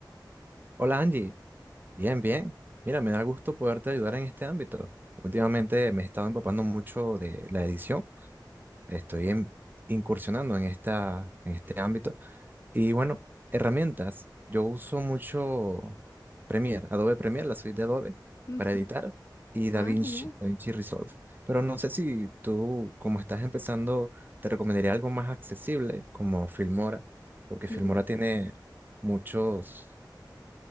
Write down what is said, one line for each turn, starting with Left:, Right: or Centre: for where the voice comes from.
Right: Hola Angie, bien, bien. Mira, me da gusto poderte ayudar en este ámbito. Últimamente me he estado empapando mucho de la edición. Estoy en- incursionando en esta, en este ámbito. Y bueno, herramientas. Yo uso mucho Premiere, Adobe Premiere, la suite de Adobe
Left: Ujú.
Right: para editar y DaVinci,
Left: Ah, genial.
Right: DaVinci Resolve. Pero no sé si tú, como estás empezando, te recomendaría algo más accesible como Filmora, porque
Left: Filmo.
Right: Filmora tiene muchos